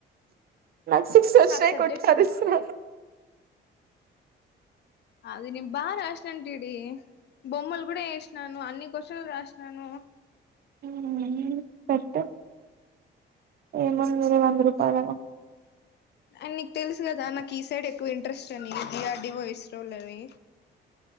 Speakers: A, on the right; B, on the left.
A: నా సిక్స్ వచ్చినయ్
B: ఆ సబ్జెక్ట్
A: కొట్ట
B: నేను
A: అరిస్తన
B: అది నేను బా రాసినాను ఇడి బొమ్మలు కూడా వేసినను అన్ని క్వశ్చన్ లు రాసినను
A: ఉమ్ ఏముందిలే వంద రూపాయలే కదా
B: అండ్ నీకు తెలుసు కదా నాకు ఈ సైడ్ ఎక్కువ ఇంట్రెస్ట్ అని ఇది అడ వయిస్ రోలని